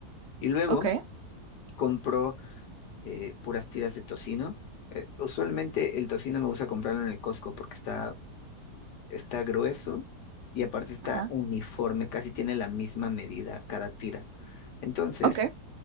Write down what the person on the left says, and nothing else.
Y luego
compro eh, puras tiras de tocino. Eh, usualmente el tocino me gusta comprarlo en el Costco porque está, está grueso y aparte está
uniforme, casi tiene la misma medida cada tira. Entonces,